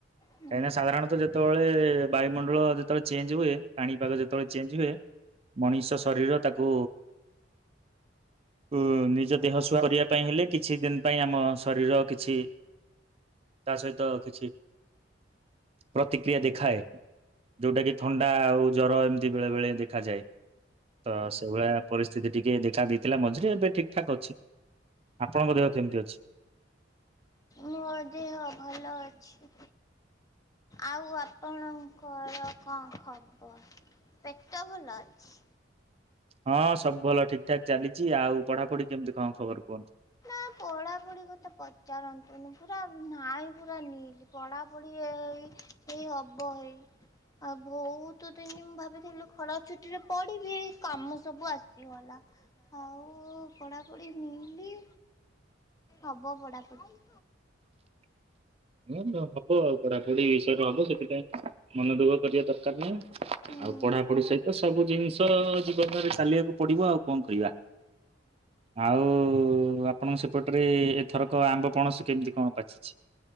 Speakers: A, on the left; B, on the right.
A: ମୋ
B: କାହିଁକିନା ସାଧାରଣତଃ ଯେତେବେଳେ ବାୟୁମଣ୍ଡଳ ଯେତେବେଳେ ଚେଞ୍ଜ ହୁଏ ପାଣିପାଗ ଯେତେବେଳେ ଚେଞ୍ଜ ହୁଏ। ମଣିଷ ଶରୀର ତାକୁ ଉ ନିଜ ଦେହ ଶୁଆ କରିବା ପାଇଁ ହେଲେ କିଛି ଦିନ ପାଇଁ ଆମ ଶରୀର କିଛି ତା ସହିତ କିଛି ପ୍ରତିକ୍ରିୟା ଦେଖାଏ ଯୋଉଟା କିି ଥଣ୍ଡା ଆଉ ଜର ଏମିତି ବେଳେ ବେଳେ ଦେଖାଯାଏ ତ ସେଇଭଳିଆ ପରିସ୍ଥିତି ଟିକେ ଦେଖା ଦେଇଥିଲା ମଝିରେ ଏବେ ଠିକ ଠାକ୍ ଅଛି। ଆପଣଙ୍କ ଦେହ କେମିତି ଅଛି?
A: ମୋ ଦେହ ଭଲ ଅଛି ଆଉ ଆପଣଙ୍କର କଣ ଖବର ପେଟ ଭଲ ଅଛି?
B: ହଁ ସବୁ ଭଲ ଠିକ୍ ଠାକ୍ ଚାଲିଛି ଆଉ ପଢାପଢି କେମିତି କଣ ଖବର କୁହନ୍ତୁ?
A: ନା ପଢାପଢି କଥା ପଚାରନ୍ତୁନି ପୁରା ନାହିଁ ପୁରା ନିଲ୍ ପଢାପଢି ଏଇ ଏଇ ହବ ହେଇ ଆଉ ବହୁତ ଦିନ ମୁଁ ଭାବିଥିଲି ଖରା ଛୁଟିରେ ପଢିବି ଏଇ କାମ ସବୁ ଆସିଗଲା ଆଉ ପଢାପଢି ନିଲ୍ ହବ ପଢ଼ାପଢ଼ି।
B: ହୁଁ ହବ ଆଉ। ପଢାପଢି ବିଷୟରେ ହବ ସେଥିପାଇଁ ମନ ଦୁଃଖ କରିବା ଦରକାର ନାହିଁ।
A: ଆ
B: ଆଉ ପଢାପଢି ସହିତ ସବୁ ଜିନିଷ ଯିବ ଅଯଥାରେ ଚାଲିବାକୁ ପଡିବ ଆଉ କଣ କରିବା ଆଉ ଆପଣଙ୍କ ସେପଟରେ ଏ ଥରକ ଆମ୍ବ ପଣସ କେମିତି କଣ ପାଚିଛି?